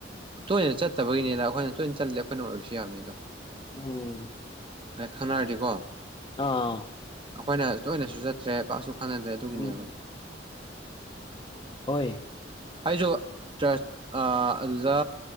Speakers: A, on the right; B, on the left.
A: ꯇꯣꯏꯅ ꯆꯠꯇꯕꯒꯤꯅꯤꯗ ꯑꯩꯈꯣꯏꯅ ꯇꯣꯏꯅ ꯆꯠꯂꯗꯤ ꯑꯩꯈꯣꯏꯅ ꯑꯣꯏꯔꯁꯨ ꯌꯥꯕꯅꯤ ꯑꯗꯣ
B: ꯎꯝ
A: ꯑꯦꯈꯅꯔꯗꯤ ꯀꯣ
B: ꯑꯥ
A: ꯑꯩꯈꯣꯏꯅ ꯇꯣꯏꯅꯁꯨ ꯆꯠꯇ꯭ꯔꯦ ꯄꯥꯛꯁꯨ ꯈꯪꯅꯗ꯭ꯔꯦ ꯑꯗꯨꯒꯤꯅꯦꯕ
B: ꯎꯝ ꯍꯣꯏ
A: ꯑꯩꯁꯨ ꯆꯔꯆ ꯑꯗꯨꯗ